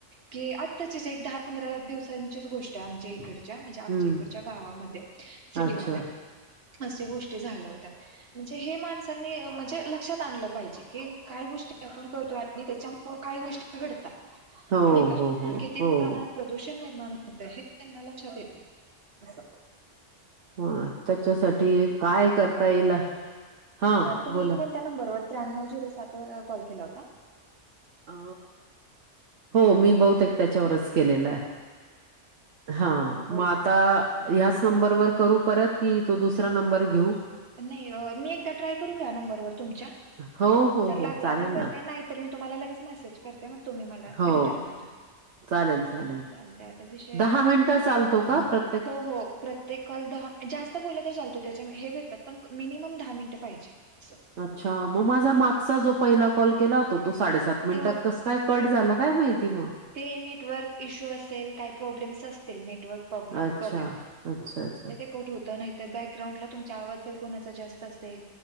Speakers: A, on the right; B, on the right.
A: की आत्ताचीच एक दहा पंधरा दिवसांचीच गोष्ट आहे आमच्या इकडे म्हणज आमच्या
B: हं.
A: इडच्या गावामध्ये सिटीमध्ये
B: अच्छा.
A: अस गोष्टी झाल्या होत्या. म्हणजे माण. म्हणजे लक्षात आणलं पाहिजे की काय गोष्टी आपण करतो आणि त्याच्या काय गोष्टी. डतात
B: हो,
A: नाही का
B: हो, हो,
A: आण कि
B: हो.
A: प्रमाणात प्रदूषण निर्माण होत हे त्यांना लक्षात येत नाही अस
B: हा त्याच्यासाठी काय करता येईल हा
A: तुम्ही
B: बोला.
A: कोणत्या नंबरवर त्र्याण्णव झिरो सात वर कॉल केला होता
B: अ हो मी बहते एकक त्याच्यावरच केलेलं आहे हा
A: बोला
B: मात
A: बोला
B: ह्याच नंबरवरर करू परत कि तो दुसरा नंबर घेऊ
A: नाही मी एकदा ट्राय करू या नंबरवर तुमच्या
B: हो हो
A: जर
B: हो
A: लागला
B: चालेल
A: तर करते
B: ना
A: नाही तर मी तुम्हाला लगेच मेसेज करते मग तुम्ही मला
B: हो
A: रिटर्न करा
B: <inaudible>
A: चालतंय आता विषय हो हो प्रत्येककाल दहा जास्त बोला तर चालतो त्याच्या हे भेटतात पण मिनिमम दहा मिनिटे पाहिजे अस
B: अच्छा मग माझा मागचा जो पहिला कॉल केला होता तो साडेसात मिनिटात
A: तो
B: कस काय कट झाला काय माहिती म
A: ते नेटवर्क इशू असेल काही प्रॉब्लेमस असतील नेटवर्क प्रॉब्ले
B: अच्छा
A: प्रॉब्लेम
B: अच्छा अच्छा
A: होत नाही तर बॅकग्राउंला तुम आवाज जर कोणा जास्त असेल